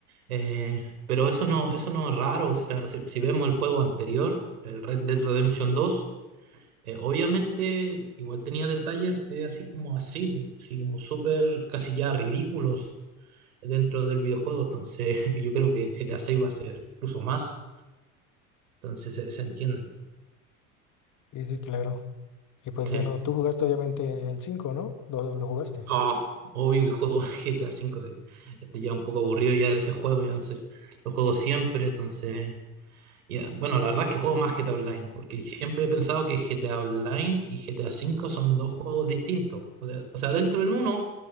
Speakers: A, on the right (about 80°); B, on the left (about 45°).
A: Eh, pero eso no, eso no es raro. O sea, si, si vemos el juego anterior, el Red Dead Redemption dos eh, obviamente igual tenía detalles eh, así como así, po, así como súper casi ya ridículos dentro del videojuego. Entonces, <laughs> yo creo que en GTA 6 va a ser incluso más. Entonces, se, se entiende.
B: Sí, sí, claro. Y pues
A: Sí.
B: bueno, tú jugaste obviamente el 5, ¿no? Lo, lo jugaste.
A: No, obvio que juego <laughs> GTA V, sí. Estoy ya un poco aburrido ya de ese juego, ya no sé. Lo juego siempre, entonces. ya, Bueno, la verdad es que juego más GTA Online, porque siempre he pensado que GTA Online y GTA V son dos juegos distintos. O sea, o sea, dentro en uno,